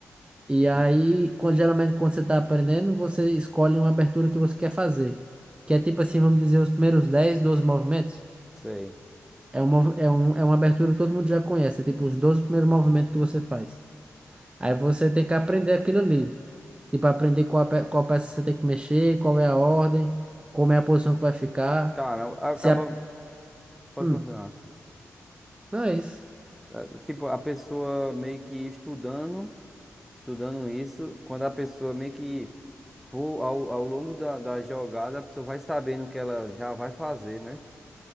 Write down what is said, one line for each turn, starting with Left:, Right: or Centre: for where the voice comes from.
Right: E aí,
Centre: Hum,
Right: quando, geralmente, quando você está aprendendo, você escolhe uma abertura que você quer fazer. Que é tipo assim, vamos dizer, os primeiros 10 12 movimentos.
Centre: Sei.
Right: É, um, mov- é, um, é uma abertura que todo mundo já conhece. É tipo os 12 primeiros movimentos que você faz. Aí você tem que aprender aquilo ali. Tipo, aprender qual, pe- qual peça você tem que mexer, qual é a ordem, como é a posição que vai ficar.
Centre: Cara, acaba.
Right: Se a...
Centre: Pode
Right: hum,
Centre: continuar.
Right: não é isso.
Centre: É, Tipo, a pessoa meio que estudando, estudando isso, quando a pessoa meio que for ao, ao longo da, da jogada, a pessoa vai sabendo o que ela já vai fazer, né?